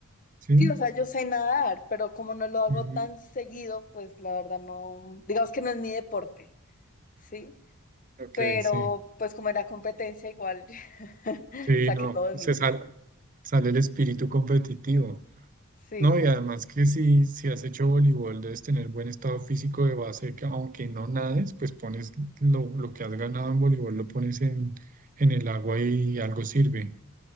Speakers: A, on the right; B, on the left.
A: ¿sí?
B: sí, o sea, yo sé nadar, pero como no lo hago
A: Mm,
B: tan seguido, pues la verdad no, digamos que no es mi deporte, ¿sí?
A: ok,
B: Pero
A: sí.
B: pues como era competencia, igual <laughs>
A: Sí,
B: saqué
A: no,
B: todo de
A: se
B: mí.
A: sal- sale el espíritu competitivo.
B: Sí,
A: No,
B: como-
A: y además que si, si has hecho voleibol, debes tener buen estado físico de base, que aunque no nades, pues pones lo, lo que has ganado en voleibol, lo pones en, en el agua y algo sirve.